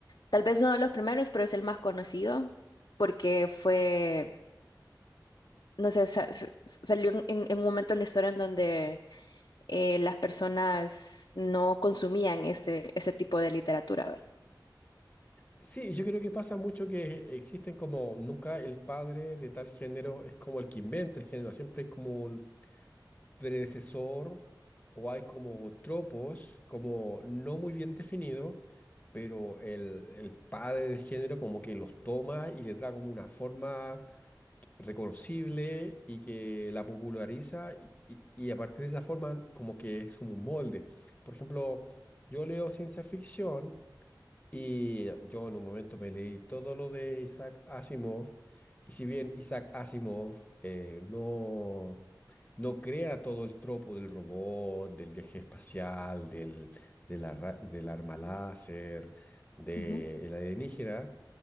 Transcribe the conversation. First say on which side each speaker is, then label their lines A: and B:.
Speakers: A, on the left (about 65°); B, on the left (about 20°).
A: tal vez no de los primeros, pero es el más conocido porque fue, no sé, sa- sa- salió en, en- en un momento en la historia en donde eh, las personas no consumían este, ese tipo de literatura,
B: Sí, yo creo que pasa mucho que existen como nunca el padre de tal género es como el que inventa el género, siempre hay como un predecesor o hay como tropos como no muy bien definidos, pero el, el padre del género como que los toma y les da como una forma reconocible y que la populariza y, y- y a partir de esa forma como que es como un molde. Por ejemplo, yo leo ciencia ficción y yo en un momento me leí todo lo de Isaac Asimov, y si bien Isaac Asimov eh, no, no crea todo el tropo del robot, del viaje espacial, del, de la ra- del arma láser, del
A: ¿verdad?
B: alienígena,